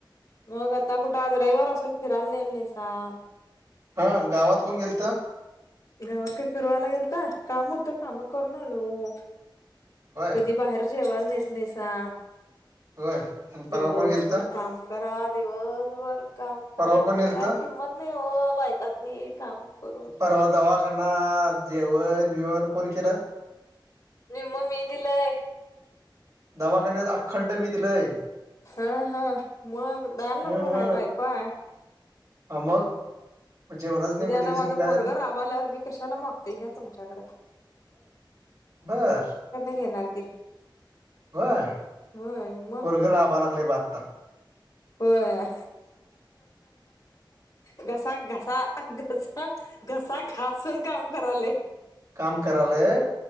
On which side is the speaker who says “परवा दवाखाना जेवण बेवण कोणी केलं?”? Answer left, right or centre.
Right